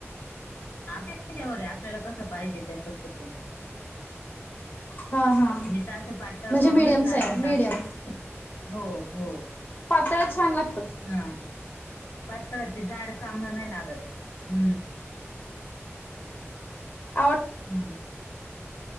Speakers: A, on the left; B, on the left.
A: हा ते आमच्यावर आहे आपल्याला कसं पाहिजे त्या पद्धतीने,
B: हा हा
A: मी तर असं पातळ
B: म्हणजे
A: करूनच
B: मीडियम
A: लाटून
B: साईज
A: टाकते,..
B: मीडियम
A: हो. हो
B: पातळच छान लागतात?
A: हा.. पातळ ते जाड चांगलं नाही लागत हू,
B: आवड
A: हू! !